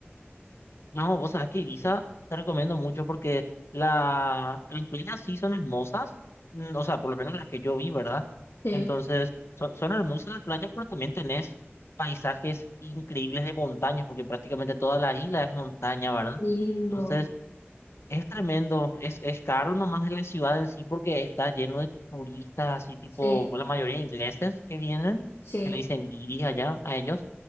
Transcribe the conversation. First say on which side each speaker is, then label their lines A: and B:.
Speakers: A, on the left; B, on the left.
A: No, vos sabés que Ibiza te recomiendo mucho porque la, las playas sí son hermosas, mm, o sea, por lo menos las que yo vi, ¿verdad?
B: Sí.
A: Entonces, son, son hermosas las playas, pero también tenés paisajes increíbles de montañas, porque prácticamente toda la isla es montaña, ¿verdad?
B: Lindo,
A: Entonces, es tremendo, es, es caro nomás en la ciudad en sí porque está lleno de turistas, así tipo
B: sí,
A: la mayoría ingleses que vienen,
B: sí.
A: que le dicen guiris allá a ellos,